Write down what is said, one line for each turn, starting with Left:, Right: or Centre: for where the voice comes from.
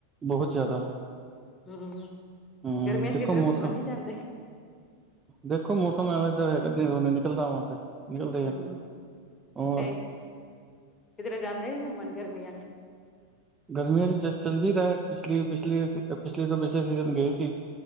Right: ਬਹੁਤ ਜ਼ਿਆਦਾ
Left: ਹੂੰ,
Right: ਹਮ
Left: ਗਰਮੀਆਂ ਚ
Right: ਦੇਖੋ
Left: ਕਿਧਰੇ ਕੁੰਮਣ
Right: ਮੌਸਮ
Left: ਨੀ ਜਾਂਦੇ।
Right: ਦੇਖੋ ਮੌਸਮ ਐਵੇਂ ਦਾ ਹੇਗਾ ਤੇ ਹੁਨੇ ਨਿਕਲਦਾ ਵਾਂ ਫਿਰ ਨਿਕਲਦੇ
Left: ਹੂੰ,
Right: ਆ ਹੋਰ
Left: ਤੇ ਕਿਧਰੇ ਜਾਂਦੇ ਨੀ ਕੁੰਮਣ ਗਰਮੀਆਂ ਚ
Right: ਗਰਮੀਆਂ ਚ ਚ ਚੱਲਜੀ ਦਾ ਤਾਂ ਪਿਛਲੀ-ਪਿਛਲੀ, ਪਿਛਲੀ ਤੋਂ ਪਿਛਲੇ ਸੀਜ਼ਨ ਗਏ ਸੀ।